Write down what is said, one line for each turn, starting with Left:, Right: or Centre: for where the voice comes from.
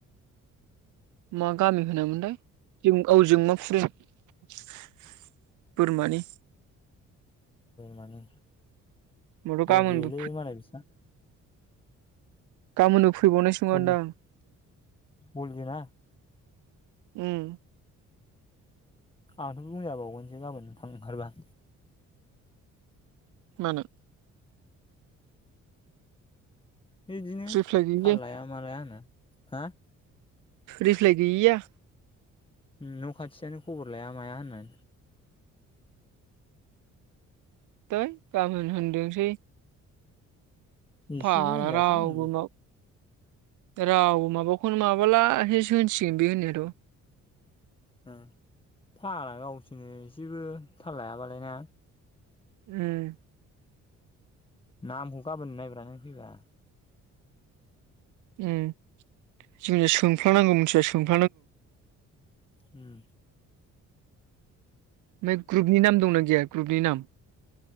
Right: मा गामि होनोमोनलाय जों औ जोंमा फुरि <inaudible> बोरमानि
Left: माने
Right: होमबाथ'
Left: बलियोलै
Right: गाबोनबो
Left: मालाय बिसिना
Right: गाबोननो फैबावनायसो नङादां
Left: बल बल जोना
Right: उम
Left: आंथ' बुंजाबावगोनसो गाबोन थांनो ओंखारबा
Right: मानो
Left: बिदिनो
Right: रिफ्लाय गैयि
Left: थाल लाया मा लाया होना हा
Right: रिफ्लाय गैयैया
Left: न' खाथियानो खबर लाया माया होना
Right: थै गामोन होन्थोंसै
Left: एसेखौ
Right: फारा
Left: होनजासै
Right: रावबो
Left: आंबो
Right: माव रावबो माव माबाखौनो माबाला होस होनसिगोन बे होननायाथ'
Left: ओम फाग्ला गावसोरनो एसेबो थाल लायाबालाय ना
Right: उम
Left: नामखौ गाबोन नायब्रा नों फैबा
Right: ओम जों सोंफ्लानांगौ मिथिबाय सोंफ्ला
Left: उम
Right: मे ग्रुप ग्रुपनि नाम दंना गैया ग्रुपनि नाम